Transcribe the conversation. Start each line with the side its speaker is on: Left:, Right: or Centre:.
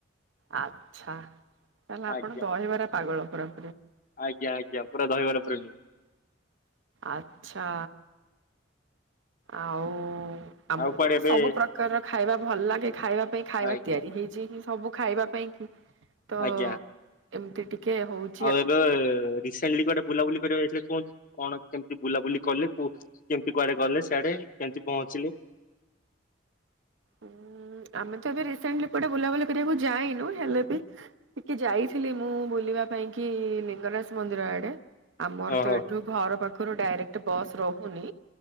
Right: ଆଚ୍ଛା ତାହେଲେ ଆପଣ
Left: ଆଜ୍ଞା
Right: ଦହିବାର ପାଗଳ ପୁରା।
Left: ଆଜ୍ଞା ଆଜ୍ଞା ପୁରା ଦହିବରା ପ୍ରିୟ।
Right: ଆଚ୍ଛା ଆଉ। ଆମକୁ
Left: ଆଉ କୁଆଡେ ଏବେ
Right: ସବୁ ପ୍ରକାର ର ଖାଇବା ଭଲ ଲାଗେ ଖାଇବା ପାଇଁ ଖାଇବା
Left: ଆଜ୍ଞା
Right: ତିଆରି ହେଇଚି ସବୁ ଖାଇବା ପାଇଁ କି ତ
Left: ଆଜ୍ଞା
Right: ଏମିତି ଟିକେ ହଉଛି।
Left: ଆଉ ଏବେ ରିସେଣ୍ଟଲି କୁଆଡେ ବୁଲାବୁଲି କରିବାକୁ ଯାଇଥିଲେ କୁହନ୍ତ କଣ କେମିତି ବୁଲାବୁଲି କଲେ କୋଉ କେମିତି କୁଆଡେ ଗଲେ ସିଆଡେ କେମିତି କଣ ଅଛି।
Right: ଉଁ ଆମେ ତ ଏବେ ରିସେଣ୍ଟଲି କୁଆଡେ ବୁଲାବୁଲି କରିବାକୁ ଯାଇନୁ ହେଲେ ବି ଟିକେ ଯାଇଥିଲି ମୁଁ ବୁଲିବା ପାଇଁ କି ଲିଙ୍ଗରାଜ ମନ୍ଦିର ଆଡେ। ଆମର
Left: ଓହୋ
Right: ତ ଏଇଠୁ ଘର ପାଖରୁ ଡାଇରେକ୍ଟ ବସ୍ ରହୁନି।